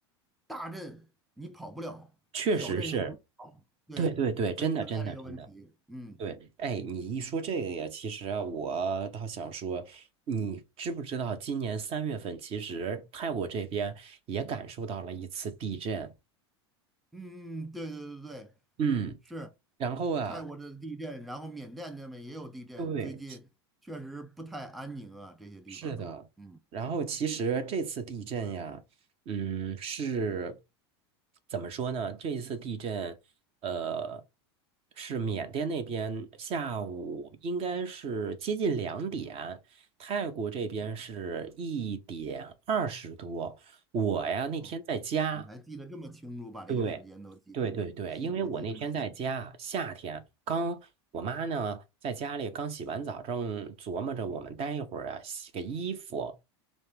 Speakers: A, in the centre; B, on the right.
A: 大震你跑不了，
B: 确实是。
A: 小震又不是跑，对，
B: 对对对，真的真的真的。
A: 所以存在这个问题。嗯
B: 对，哎，你一说这个呀，其实啊，我倒想说，你知不知道，今年三月份，其实泰国这边也感受到了一次地震。
A: 嗯嗯，对对对对，
B: 嗯。
A: 是
B: 然后啊，
A: 泰国的地震，然后缅甸那边也有地震，
B: 对，
A: 最近确实不太安宁啊，
B: 嗯
A: 这些地方都。
B: 是的。
A: 嗯
B: 然后其实这次地震呀，嗯，是怎么说呢？这一次地震，呃，是缅甸那边下午应该是接近两点，泰国这边是一点二十多。
A: 嗯，
B: 我呀，那天在家。
A: 哦，你还记得这么清楚，把这个时间都记得，
B: 对，对对对，
A: 细节记这么清楚。
B: 因为我那天在家，夏天刚，我妈呢在家里刚洗完澡，正琢磨着我们待一会儿啊洗个衣服，